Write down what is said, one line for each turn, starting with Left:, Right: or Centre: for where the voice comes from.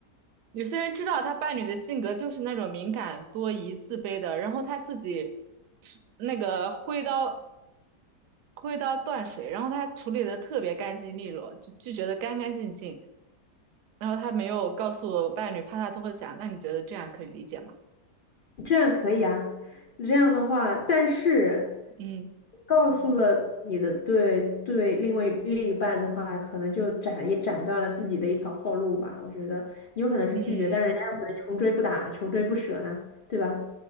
Right: 有些人知道他伴侣的性格就是那种敏感、多疑、自卑的，然后他自己那个挥刀。灰到断水，然后他处理的特别干净利落，就拒绝的干干净净。然后他没有告诉我伴侣怕他都会想，那你觉得这样可以理解吗？
Left: 这样可以啊，这样的话，但是
Right: 嗯
Left: 告诉了你的对对另外另一半的话，可能就斩也斩断了自己的一条后路吧。我觉得你有可能是拒绝，
Right: 嗯
Left: 但人家有可能穷追不打，穷追不舍呢，对吧？